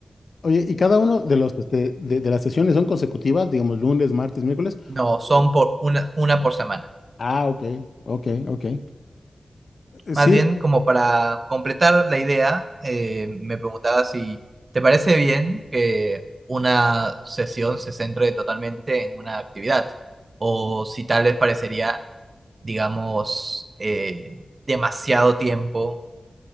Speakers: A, on the left; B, on the right.
A: Oye, ¿y cada uno de los este, de, de las sesiones son consecutivas, digamos lunes, martes, miércoles?
B: No, son
A: O-
B: por una, una por semana.
A: Ah, ok, ok, ok. Sí,
B: Más bien, como para completar la idea, eh, me preguntaba si te parece bien que una sesión se centre totalmente en una actividad o si tal vez parecería, digamos, eh, demasiado tiempo